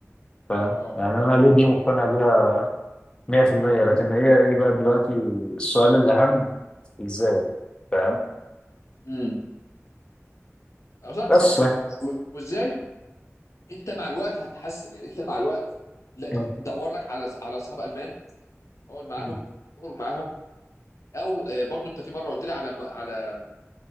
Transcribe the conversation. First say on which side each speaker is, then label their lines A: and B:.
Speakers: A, on the left; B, on the left.
A: فاهم
B: اه
A: يعني انا ليه دي مقتنع بيها 100% لكن هي ايه بقى دلوقتي السؤال الاهم ازاي فاهم
B: امم اه صح
A: بس
B: صح
A: يعني.
B: و- وازاي انت مع الوقت هتتحسن يعني انت مع الوقت لا
A: م-
B: دور لك على على اصحاب المان اقعد معاهم
A: م-
B: اخرج معاهم او آه، برضو انت في مره قلت لي على على